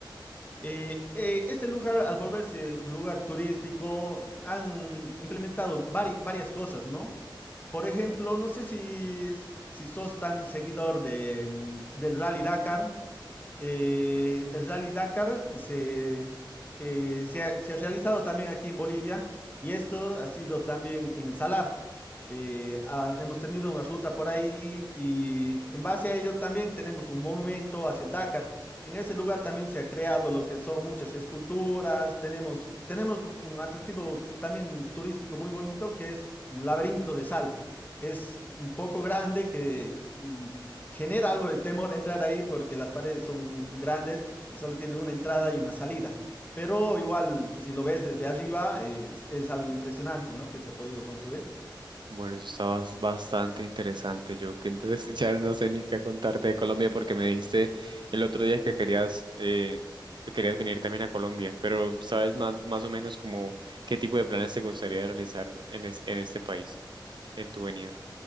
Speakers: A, on the left; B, on the right.
A: Eh, eh, este lugar, al volverse un lugar turístico, han implementado vari- varias cosas, ¿no? Por ejemplo, no sé si, si sos tan seguidor de, mm, del Rally Dakar. Eh, el Rally Dakar se, eh, se ha, se ha realizado también aquí en Bolivia y esto ha sido también en el Salar. Eh, ah, hemos tenido una ruta por ahí y en base a ello también tenemos un monumento hacia el Dakar. En ese lugar también se ha creado lo que son muchas esculturas, tenemos, tenemos un atractivo también turístico muy bonito que es un laberinto de sal. Es un poco grande que genera algo de temor entrar ahí porque las paredes son grandes y solo tienen una entrada y una salida. Pero igual, si lo ves desde arriba, es, es algo impresionante, ¿no? Que se ha podido construir.
B: Bueno, eso está bas- bastante interesante. Yo que entonces <laughs> ya no sé ni qué contarte de Colombia porque me dijiste el otro día que querías eh, que querías venir también a Colombia, pero ¿sabes más, más o menos como qué tipo de planes te gustaría realizar en, es- en este país, en tu venida?